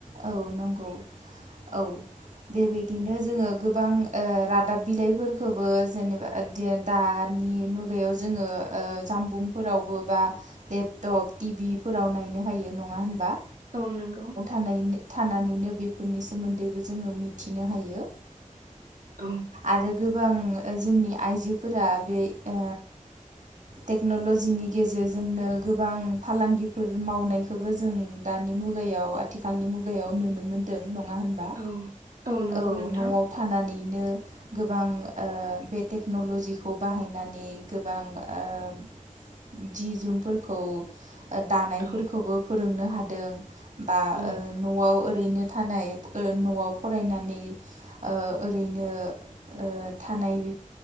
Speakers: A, on the right; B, on the right.
A: औ नंगौ औ बेबायदिनो जोङो गोबां ओ रादाब बिलाइफोरखौबो जेनेबा दि दानि मुगायाव जोङो ओ जामबुंफोरावबो बा लेपटप टिभिफोराव नायनो हायो नङा होनबा
B: औ नंगौ
A: थानायनिनो थानानैनो बेफोरनि सोमोन्दैबो जोङो मिथिनो हायो
B: औ।
A: आरो गोबां जोंनि आइजोफोरा बे ओ टेक्न'ल'जिनि गेजेरजोंनो गोबां फालांगिफोर मावनायखौबो जों दानि मुगायाव आथिखालनि मुगायाव नुनो मोन्दों। नङा होनबा?
B: औ नंगौ
A: औ
B: नोंथां
A: न'आव थानानै बिदिनो गोबां ओ बे टेक्नलजिखौ बाहायनानै गोबां ओ जि जोमफोरखौ दानायफोरखौबो
B: औ
A: फोरोंनो हादों बा
B: औ
A: ओ न'आव ओ रैनो थानाय न'आव फरायनानै ओ ओरैनो ओ थानाय